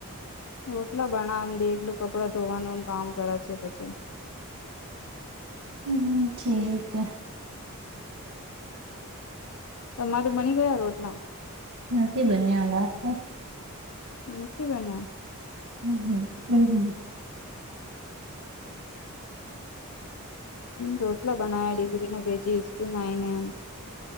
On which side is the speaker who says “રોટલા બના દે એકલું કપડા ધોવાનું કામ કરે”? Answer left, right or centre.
Left